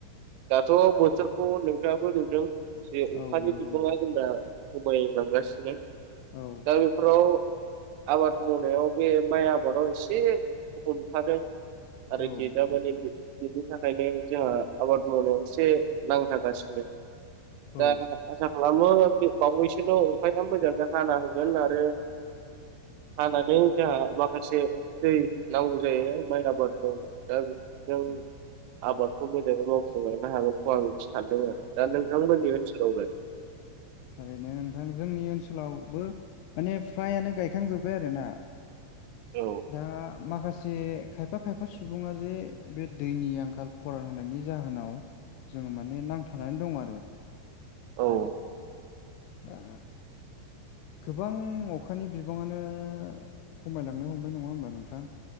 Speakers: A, on the right; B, on the left.
A: दाथ' बोथोरखौ नोंथाङाबो नुदों। जे
B: औ
A: अखानि
B: नंगौ
A: बिबांङा
B: नोंथां
A: जोंना खमायलांगासिनो।
B: औ
A: दा बेफोराव आबाद मावनायाव बे माइ आबादाव एसे हमथादों। आरो
B: औ
A: गेदा
B: नंगौ
A: माने
B: नोंथां
A: <unintelligible> थाखायनो जोंहा आबाद मावनायाव एसे नांथारागासिनो। दा
B: औ
A: आसा खालामो बावैसोल' अखाया मोजांयै हाना होगोन आरो हानानै जोंहा माखासे दै नांगौ जायो माइ आबाद मावनाय दा बिजों
B: औ
A: आबादखौ मोजांङै मावफुंलांनो हागोनखौ आं सानदों आरो। दा नोंथांमोननि
B: नंगौ
A: ओनसोलावलाय
B: ओरैनो नोंथां जोंनि ओनसोलावबो माने फ्रायानो गायखांजोब्बाय आरोना।
A: औ
B: दा माखासे खायफा खायफा सुबुंङा जे बे दैनि आंखाल खरान होनायनि जाहोनाव जोंङो माने नांथानानै दं आरो
A: औ
B: दा गोबां अखानि बिबांङानो खमायलांनो हमनाय नङा नंङा होमबा नोंथां